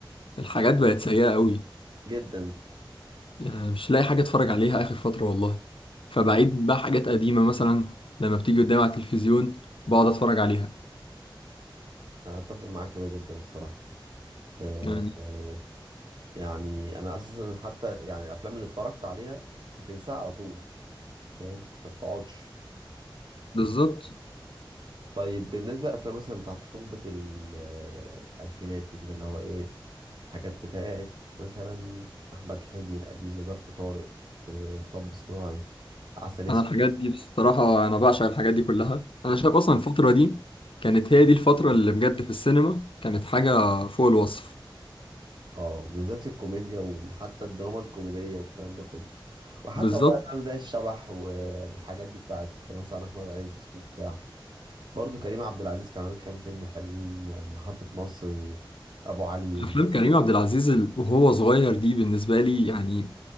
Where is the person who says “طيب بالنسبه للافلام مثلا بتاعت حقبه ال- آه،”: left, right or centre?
Right